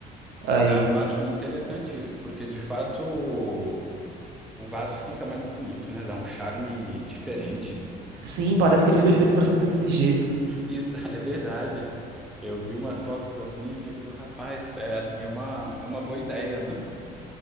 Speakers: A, on the right; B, in the centre.
A: Aí,
B: Exato, eu acho interessante isso, porque de fato o o vaso fica mais bonito, né? Dá um charme diferente.
A: sim, parece que ele foi feito pra ser <laughs> daquele jeito.
B: <laughs> Exa- é verdade. Eu vi umas fotos assim e fico, rapaz, é assim, é uma, é uma boa ideia, né?